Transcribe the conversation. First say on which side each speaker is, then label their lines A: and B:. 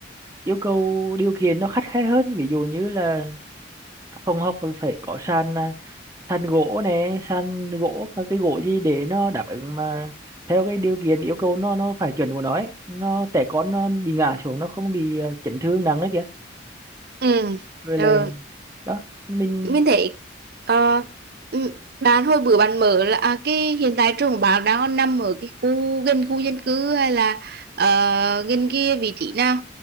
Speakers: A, on the right (about 15°); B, on the right (about 50°).
A: yêu cầu điều kiện nó khắt khe hơn ví dụ như là phòng học là phải có sàn à, sàn gỗ nè sàn gỗ và cái gỗ gì để nó đáp ứng mà theo cái điều kiện yêu cầu nó nó phải chuẩn của nó ấy. nó trẻ con nó bị ngã xuống nó không bị à, chấn thương nặng đấy kìa
B: Ừ.
A: rồi
B: Ờ,
A: là đó mình
B: mình thấy ờ, ừ, bạn hồi bữa bạn mở là à, cái hiện tại trường của bạn đang còn nằm ở cái khu gần khu dân cư hay là ờ, gần kia vị trí nào